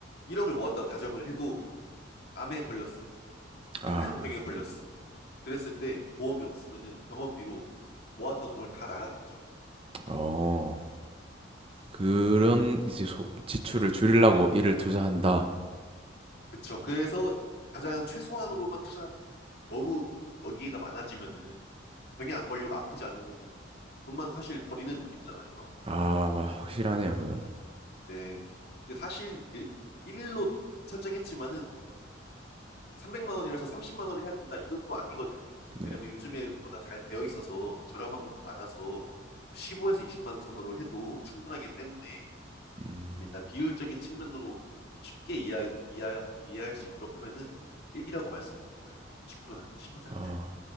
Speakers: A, on the left; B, on the right.
A: 1억을 모았다 가정을 해도 암에 걸렸어요. 아니면
B: 아,
A: 큰 병에 걸렸어. 그랬을 때 보험이 없으면은 병원비로 모았던 돈을 다 나가겠죠.
B: 어, 그런 이제 소- 지출을 줄이려고 일을 투자한다.
A: 그쵸. 그래서 가장 최소한으로만 투자하는 거예요. 너무 여기가 많아지면은 병에 안 걸리고 아프지 않으면은 돈만 사실 버리는 느낌이잖아요.
B: 아, 마- 확실하네요, 그건.
A: 네. 근데 사실 일, 일로 설정했지만은 300만 원이라서 30만 원을 해야 된다. 이건 또 아니거든요.
B: 네.
A: 왜냐면 요즘에 워낙 잘 되어 있어서 저렴한 것도 많아서 15에서 20만 원 선으로 해도 충분하기 때문에
B: 음,
A: 일단 비율적인 측면으로 쉽게 이해, 이해, 이해할 수 있도록 하면은 1이라고 말씀드린 거예요. 10%, 센트
B: 아,